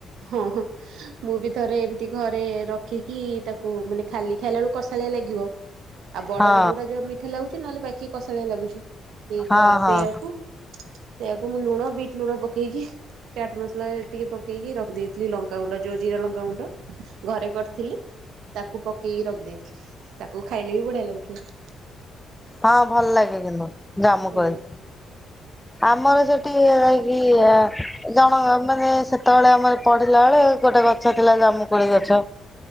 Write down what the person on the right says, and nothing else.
ହଁ ହଁ। ମୁଁ ବି ଥରେ ଏମିତି ଘରେ ର ଦେଖିକି ତାକୁ ମାନେ ଖାଲି ଖାଇଲା ବେଳକୁ କସାଳିଆ ଲାଗିବ। ଆଉ ବଡ
ବଡଗୁଡା ଯୋଉରା ମିଠା ଲାଗୁ। <unintelligible> ଟିକେ କସାଳିଆ ଲାଗୁଛି। ସେଇ
କ
ସେୟାକୁ ସେୟାକୁ ମୁଁ ଲୁଣ ବିଟ୍ ଲୁଣ ପକେ ପକେଇକି ଚାଟ୍ ମସଲା ଟିକେ ପକେଇକି ରଖିଦେଇଥିଲି ଲ ଲଙ୍କାଗୁଣ୍ଡ ଯେଉଁ ଜିରା ଲଙ୍କାଗୁଣ୍ଡ ଘରେ କରିଥିଲି ତାକୁ ପକେଇକି ରଖିଦେଇଥିଲି ତାକୁ ଖାଇଲେ ବି ବଢ଼ିଆ ଲାଗୁଥିଲା ।
ହୁଁ